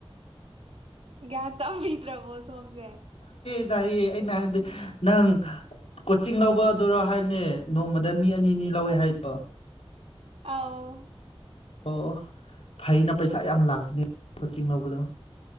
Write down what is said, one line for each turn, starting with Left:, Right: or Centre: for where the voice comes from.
Right: ꯌꯥ ꯇ ꯃꯗ꯭ꯔꯕꯨꯣꯁꯖꯦ
Left: ꯀ ꯇ ꯑꯩꯅ ꯍꯥꯏꯕꯗꯤ ꯅꯪ ꯀꯣꯆꯤꯡ ꯂꯧꯕ ꯑꯗꯨꯔꯣ ꯍꯥꯏꯕꯅꯦ ꯅꯣꯡꯃꯗ ꯃꯤ ꯑꯅꯤꯅꯤ ꯂꯧꯋꯦ ꯍꯥꯏꯗꯣ
Right: ꯑꯧ
Left: ꯑꯣ ꯑꯣ ꯐꯩꯅ ꯄꯩꯁꯥ ꯌꯥꯝ ꯂꯥꯛꯄꯅꯦ ꯀ‌ꯣꯆꯤꯡ ꯂꯧꯕꯗꯣ